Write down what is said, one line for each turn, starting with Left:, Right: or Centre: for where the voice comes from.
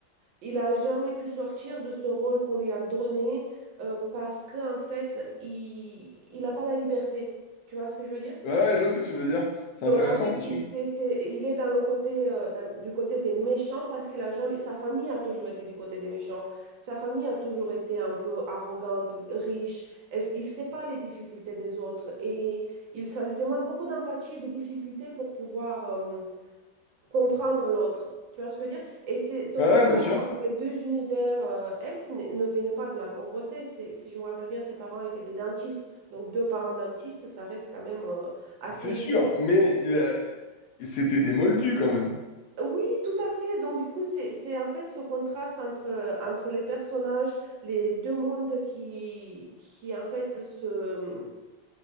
Right: Il a jamais pu sortir de ce rôle qu'on lui a donné euh, parce qu'en fait, il, il n'a pas la liberté. Tu vois ce que je veux dire?
Left: Ouais, ouais, je vois ce que tu veux dire. C'est
Right: Donc,
Left: intéressant,
Right: en fait,
Left: c'est
Right: il,
Left: sûr.
Right: c'est- c'est- il est dans le côté, euh, dans- du côté des méchants parce qu'il a jamais, sa famille a toujours été du côté des méchants. Sa famille a toujours été un peu arrogante, riche. Elle- il ne sait pas les difficultés des autres et il, ça lui demande beaucoup d'empathie et de difficulté pour pouvoir, euh, comprendre l'autre. Tu vois ce que je veux dire? Et c'est ce contraste
Left: Ouais, ouais, bien sûr.
Right: entre les deux univers, euh, elle qui ne ne venait pas de la pauvreté, c'est, si je me rappelle bien, ses parents étaient des dentistes. Donc, deux parents dentistes, ça reste quand même, euh, assez
Left: C'est
Right: aisé.
Left: sûr, mais euh, c'était des moldus quand même.
Right: Oui, tout à fait. Donc, du coup, c'est, c'est en fait ce contraste entre, entre les personnages, les deux mondes qui, qui en fait, se,